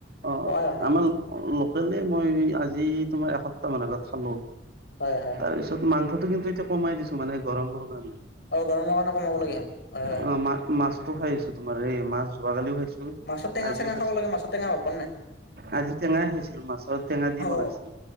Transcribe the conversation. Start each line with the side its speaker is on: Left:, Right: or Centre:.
Right: অ
Left: খোৱাই হোৱা নাই
Right: আমাৰ লোকেলে মই আজি তোমাৰ এসপ্তাহ মান আগত খালো
Left: মই হয় হয়
Right: তাৰপিছত মাংসটো কিন্তু এতিয়া কমাই দিছো মানে গৰমৰ কাৰণে
Left: অ গৰমৰ কাৰণে কমাব লাগে কিন্তু হয় হয়
Right: অ মা মাছতটো খাই আছো তোমাৰ এই মাছ যোৱাকালিও খাইছো
Left: মাছ টেঙ
Right: আজিও
Left: চেঙা
Right: খাইছো
Left: খাবাগে মাছ টো ভাল পাম নাই
Right: আজি টেঙাই খাইছিলো মাছত টেঙা দি
Left: অ
Right: বনাইছিলো